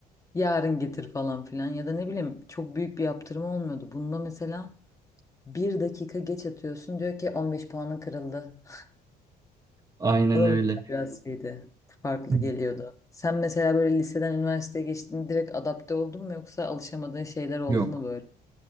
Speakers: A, on the left; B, on the right.
A: yarın getir falan filan ya da ne bileyim çok büyük bir yaptırma olmuyordu. Bunda mesela bir dakika geç atıyorsun diyor ki 15 puanın kırıldı. <laughs>
B: Aynen
A: O da
B: öyle.
A: mesela biraz şeydi farklı
B: Hı.
A: geliyordu. Sen mesela böyle liseden üniversiteye geçtiğinde direkt adapte oldun mu yoksa alışamadığın şeyler oldu
B: Yok.
A: mu böyle?